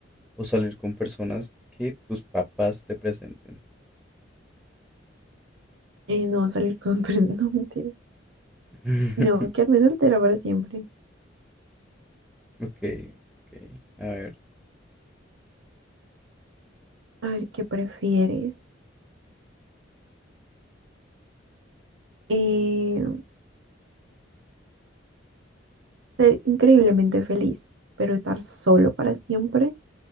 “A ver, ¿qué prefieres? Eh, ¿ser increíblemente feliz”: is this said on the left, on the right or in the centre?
Right